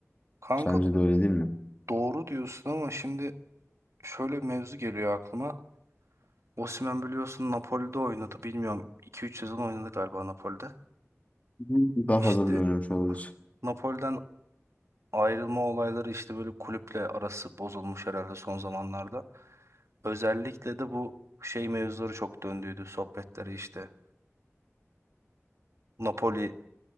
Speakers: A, on the right; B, on the left.
A: Kanka
B: Sence de öyle değil mi?
A: doğru diyorsun ama şimdi şöyle bir mevzu geliyor aklıma. Osimhen biliyorsun Napoli'de oynadı. Bilmiyorum 2-3 sezon oynadı galiba Napoli'de.
B: Hı hı. Daha
A: İşte
B: fazla bile oynamış olabilir.
A: Napoli'den ayrılma olayları işte böyle kulüple arası bozulmuş herhalde son zamanlarda. Özellikle de bu şey mevzuları çok döndüydü sohbetleri işte. Napoli